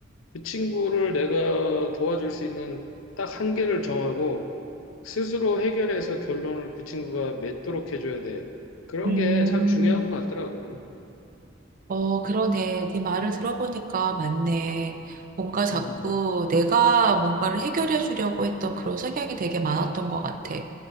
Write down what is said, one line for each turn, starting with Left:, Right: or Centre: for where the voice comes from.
Left: 그 친구를 내가 도와줄 수 있는 딱 한계를 정하고 스스로 해결해서 결론을 그 친구가 맺도록 해줘야 돼. 그런
Right: 음.
Left: 게 참 중요한 것 같더라고.
Right: 어, 그러네. 네 말을 들어보니까 맞네. 뭔가 자꾸
Left: 음,
Right: 내가 뭔가를 해결해 주려고 했던 그런 성향이 되게 많았던 것 같아.